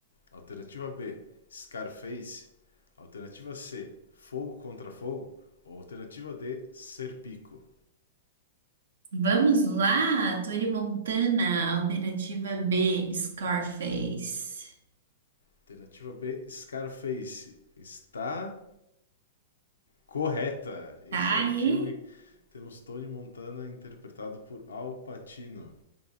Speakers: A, on the left; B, on the right.
A: Alternativa B: Scarface. Alternativa C: Fogo contra Fogo. Ou alternativa D: Serpico.
B: Vamos lá, Tony Montana, alternativa B, Scarface.
A: Alternativa B: Scarface. Está correta. Esse
B: Aê!
A: é o filme. Temos Tony Montana interpretado por Al Pacino.